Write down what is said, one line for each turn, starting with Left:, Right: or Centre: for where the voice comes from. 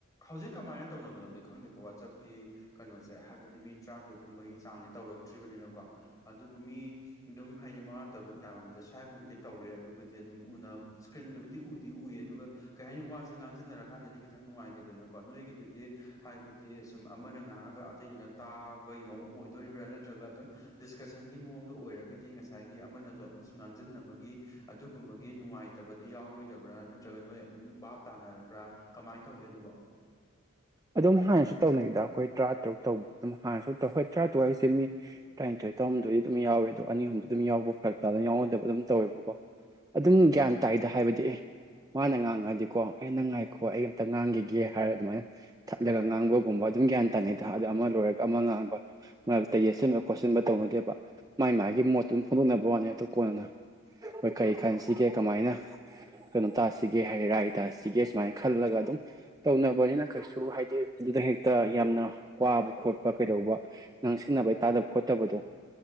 Left: ꯍꯧꯖꯤꯛ ꯀꯃꯥꯏꯅ ꯇꯧꯅꯕꯅꯣꯅꯤ ꯈꯪꯗꯦꯀꯣ ꯋꯥꯆꯞꯀꯤ ꯀꯩꯅꯣꯁꯦ ꯍꯥꯏꯕꯗꯤ ꯃꯤ ꯇꯔꯥꯇꯔꯨꯛ ꯀꯨꯝꯕꯒꯤ ꯆꯥꯡꯗꯤ ꯇꯧ ꯍꯧꯧꯔꯛꯇ꯭ꯔꯤꯕꯅꯤꯅꯀꯣ ꯑꯗꯨꯕꯨ ꯃꯤ ꯑꯗꯨꯝ ꯍꯥꯏꯗꯤ ꯃꯉꯥ ꯇꯔꯨꯛ ꯌꯥꯝꯃꯃꯤꯗ ꯁ꯭ꯋꯥꯥꯏꯃꯨꯛꯇꯤ ꯇꯧꯔꯦ ꯑꯗꯨꯕꯨꯗꯤ ꯑꯗꯨꯝ ꯎꯅꯕ ꯏꯁꯀ꯭ꯔꯤꯟꯗꯨꯕꯨꯗꯤ ꯎꯗꯤ ꯎꯏ ꯑꯗꯨꯒ ꯀꯩ ꯍꯥꯏꯅꯤ ꯋꯥꯁꯦ ꯉꯥꯡꯖꯟꯅꯔꯀꯥꯟꯗꯗꯤ ꯈꯤꯇꯪ ꯅꯨꯡꯉꯦ ꯍꯥꯏꯕꯗꯤ ꯁꯥꯡꯉ ꯑꯇꯩꯗꯨꯅ ꯇꯥꯕꯒꯤ ꯃ ꯑꯣꯏꯗꯣꯔꯤꯕ꯭ꯔꯥ ꯅꯠꯇ꯭ꯔꯒ ꯑꯗꯨꯝ ꯗꯤꯁꯀꯁꯟꯒꯤ ꯃꯑꯣꯡꯗ ꯑꯣꯏꯔꯒꯗꯤ ꯉꯁꯥꯏꯒꯤ ꯑꯃꯅꯁꯨ ꯑꯃꯅꯁꯨ ꯉꯥꯡꯁꯤꯟꯅꯕꯒꯤ ꯑꯗꯨꯒꯨꯝꯕꯒꯤ ꯅꯨꯡꯉꯥꯏꯇꯕꯗꯨ ꯌꯥꯎꯔꯣꯏꯗꯕ꯭ꯔꯥ ꯅꯠꯇ꯭ꯔꯒ ꯅꯣꯏ ꯑꯗꯨꯝ ꯕꯥꯞ ꯇꯥꯅꯔꯕ꯭ꯔꯥ ꯀꯃꯥꯏꯅ ꯇꯧ ꯌꯦꯒꯗꯨꯕ
Right: ꯑꯗꯨꯝ ꯍꯥꯟꯅꯁꯨ ꯇꯧꯅꯈꯤꯗ ꯑꯩꯈꯣꯏ ꯇꯔꯥ ꯇꯔꯨꯛ ꯇꯧ ꯑꯗꯨꯝ ꯍꯥꯟꯅꯁꯨ ꯇꯧ ꯍꯣꯏ ꯇꯔꯥꯇꯔꯛ ꯍꯥꯏꯁꯦ ꯃꯤ ꯇꯔꯥꯅꯤꯊꯣꯏ ꯇꯧꯔꯗꯗꯤ ꯑꯗꯨꯝ ꯌꯥꯎꯋꯦꯗꯣ ꯑꯅꯤ ꯑꯍꯨꯝꯗꯤ ꯑꯗꯨꯝ ꯌꯥꯎꯕ ꯐꯔꯛꯇꯥꯗ ꯌꯥꯎꯍꯟꯗꯕ ꯑꯗꯨꯝ ꯇꯧꯋꯦꯕꯀꯣ ꯑꯗꯨꯝ ꯒ꯭ꯌꯥꯟ ꯇꯥꯏꯗ ꯍꯥꯏꯕꯗꯤ ꯑꯦ ꯃꯥꯅ ꯉꯥꯡꯉꯛꯑꯗꯤꯀꯣ ꯑꯩꯅ ꯉꯥꯏꯈꯣ ꯑꯩ ꯑꯝꯇ ꯉꯥꯡꯈꯤꯒꯦ ꯍꯥꯏꯔ ꯑꯗꯨꯃꯥꯏꯅ ꯊꯠꯂꯒ ꯉꯥꯡꯕꯒꯨꯝꯕ ꯑꯗꯨꯝ ꯒ꯭ꯌꯥꯟ ꯇꯥꯅꯩꯗ ꯑꯗ ꯑꯃ ꯂꯣꯏꯔꯒ ꯑꯃ ꯉꯥꯡꯕ ꯃꯔꯛꯇ ꯌꯦꯠꯁꯤꯟꯕ ꯈꯣꯠꯆꯤꯟꯟꯕ ꯇꯧꯅ ꯦꯕ ꯃꯥꯏ ꯃꯥꯒꯤ ꯃꯣꯠꯇꯨ ꯐꯣꯡꯗꯣꯛꯅꯕ ꯋꯥꯅꯤ ꯑꯗꯨ ꯀꯣꯟꯅꯅ ꯍꯣꯏ ꯀꯔꯤ ꯈꯟꯁꯤꯒꯦ ꯀꯃꯥꯏꯅ ꯀꯩꯅꯣ ꯇꯥꯁꯤꯒꯦ ꯍꯥꯏ ꯔꯥꯏ ꯁꯤꯒꯦ ꯁꯨꯃꯥꯏꯅ ꯈꯜꯂꯒ ꯑꯗꯨꯝ ꯇꯧꯅꯕꯅꯤꯅ ꯀꯩꯁꯨ ꯍꯥꯏꯗꯤ ꯑꯗꯨꯗ ꯍꯦꯛꯇ ꯌꯥꯝꯅ ꯋꯥꯕ ꯈꯣꯠꯄ ꯀꯩꯗꯧꯕ ꯉꯥꯡꯁꯤꯟꯅꯕꯩꯇꯥꯥꯗꯕ ꯈꯣꯠꯇꯕꯗꯣ